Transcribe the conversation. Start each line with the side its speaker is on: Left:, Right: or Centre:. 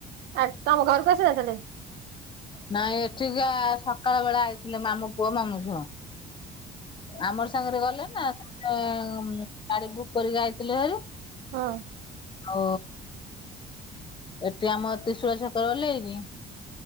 Right: ଆ ତମ ଘରକୁ ଆସିନଥିଲେ?
Left: ନାଇଁ ଏଠିକି ସକାଳବେଳା ଆଇଥିଲେ ମାମୁଁ ପୁଅ ମାମୁଁ ଝିଅ। ଆମରି ସାଙ୍ଗରେ ଗଲେ ନା ଗାଡି ବୁକ୍ କରିକି ଆାଇଥିଲେ ଭାରି।
Right: ହଁ।
Left: ଓ। ଏଠି ଆମ ତ୍ରିଶୂଳିଆ ଛକରେ ଓଲ୍ହେଇକି